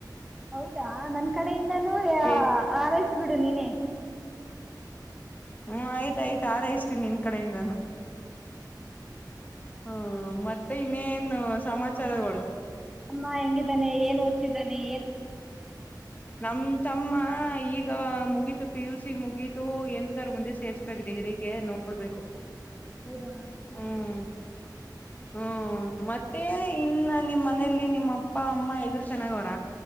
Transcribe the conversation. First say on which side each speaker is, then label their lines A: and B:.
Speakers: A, in the centre; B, on the left.
A: ಹೌದಾ ನನ್ ಕಡೆಯಿಂದಾನು
B: ಕೆ
A: ಆರೈ ಬಿಡು ನೀನೇ
B: ಹ್ಮ್ ಆಯ್ತಾಯ್ತು ಆರ ಇಷ್ಟತೀನಿ ನಿನ್ ಕಡೆಯಿಂದಾನು ಹಾ ಮತ್ತೆ ಇನ್ನೇನು ಸಮಾಚಾರಗಳು.
A: ಅಮ್ಮ ಹೆಂಗಿದ್ದಾನೆ ಏನ್ ಿದ್ದಾನೆ
B: ನಮ ತಮ್ಮ ಈಗ ಮುಗೀತು ಪಿ ಯು ಸಿ ಮುಗಿತು ಎಂತ ಕ ಮುಂದೆ ಸೇರ್ಸ್ಬೇಕು ಡಿಗ್ರಿಗೆ ನೋಡ್ಬೇಕು
A: ಹೌದ
B: ಹ್ಮ್ ಹ್ಮ್ ಮತ್ತೆ ಇನ್ನ ನಿಮ್ಮ್ ಮನೇಲಿ ನಿಮ್ಮ್ ಅಪ್ಪ ಅಮ್ಮ ಎಲ್ರುೂ ಚೆನ್ನಾಗ್ ಹಾ